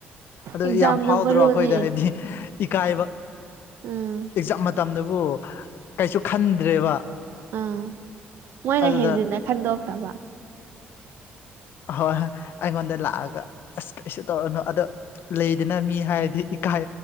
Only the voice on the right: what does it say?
ꯑꯦꯛꯖꯥꯝꯅ
ꯃꯔꯨꯅꯦ
ꯎꯝ
ꯎꯝ ꯃꯣꯏꯅ
ꯍꯦꯟꯖꯤꯟꯅ ꯈꯟꯗꯣꯛꯇꯕ